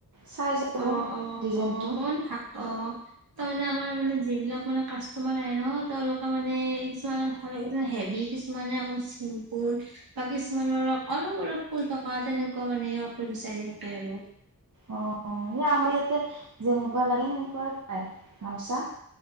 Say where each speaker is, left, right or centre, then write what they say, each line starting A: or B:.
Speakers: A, on the right (about 55°); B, on the right (about 75°).
A: চাই যাব
B: অ', অ',
A: ডিজাইনটো
B: অ', মন <unintelligible> তাৰমানে আমাৰ মানে যিবিলাক মানে কাষ্টমাৰ আহে ন', তেওঁলোক মানে কিছুমানত <unintelligible> হেভি কিছুমানে অকল চিম্পুল <unintelligible> কিছুমানৰ অলপ অলপ ফুল থক অ', তেনেকুৱা মানে আপোৰ বিচাৰি নাপাই আৰু।
A: অ', অ', এ আমাৰ ইয়াতে যেনেকুৱা লাগে, সেনেকুৱাই পায় গামোচা।